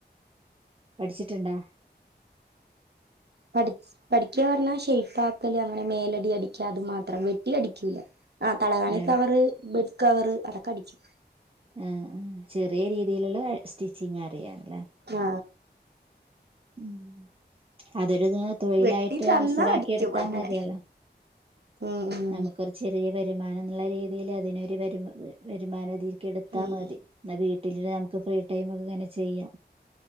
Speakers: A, on the right; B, on the right.
A: പഠിച്ചിട്ടിണ്ടാ
B: പഠിച്ച് പഠിക്ക പറഞ്ഞാ ഷെയ്പ്പാക്കല് അങ്ങനെ മേലടി അടിക്കാ അത് മാത്രം വെട്ടി അടിക്കൂല ആ തലകാണി
A: ആഹ്
B: കവറ് ബെഡ് കവറ് അതൊക്കെ അടിക്കും
A: ആ ആ ചെറിയ രീതിയിലുള്ള സ്റ്റിച്ചിങ് അറിയാന്ലേ
B: ആ
A: ഉം അതൊരുത് തൊഴിലായിട്ട്
B: വെട്ടി തന്നാ
A: അവസരാക്കി
B: അടിക്കും
A: എടുത്താ
B: അങ്ങനെ
A: മതിയല്ലോ
B: ഉം ഉം
A: നമുക്കൊരു ചെറിയ വരുമാനംന്നുള്ള രീതിയിൽ അതിനൊരു വരു വരുമാന എടുത്താൽ
B: ഉം
A: മതി എന്ന വീട്ടില് നമുക്ക് ഫ്രീ ടൈം ഒക്കെ അങ്ങനെ ചെയ്യാം